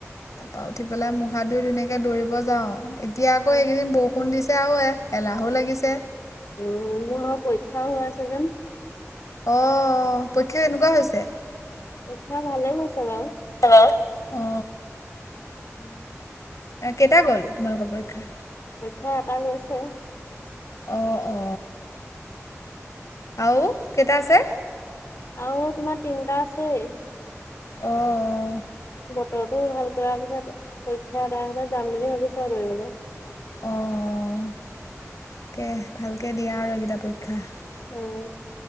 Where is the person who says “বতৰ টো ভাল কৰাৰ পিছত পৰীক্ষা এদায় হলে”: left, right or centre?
Left